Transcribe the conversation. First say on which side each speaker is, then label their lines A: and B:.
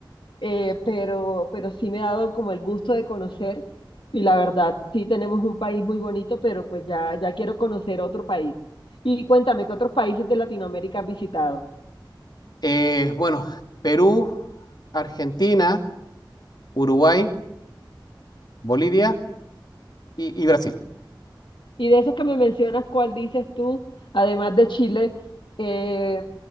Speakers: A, on the left; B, on the left.
A: eh, pero, pero sí me ha dado como el gusto de conocer y la verdad, sí tenemos un país muy bonito, pero pues ya, ya quiero conocer otro país. Y cuéntame, ¿qué otros países de Latinoamérica has visitado?
B: Eh, bueno, Perú, Argentina, Uruguay, Bolivia y, y Brasil.
A: Y de esos que me mencionas, ¿cuál dices tú, además de Chile, eh,